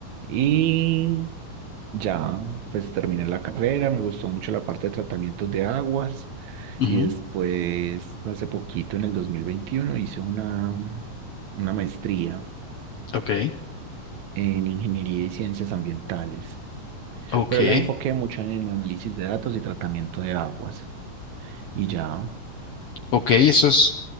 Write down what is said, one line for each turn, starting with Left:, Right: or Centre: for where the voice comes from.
Right: Y ya, pues terminé la carrera, me gustó mucho la parte de tratamientos de aguas
Left: ujú,
Right: y después, hace poquito, en el 2021 hice una, una maestría
Left: Ok.
Right: en ingeniería y ciencias ambientales,
Left: Ok.
Right: pero la enfoqué mucho en análisis de datos y tratamiento de aguas. Y ya,
Left: Ok. Eso es,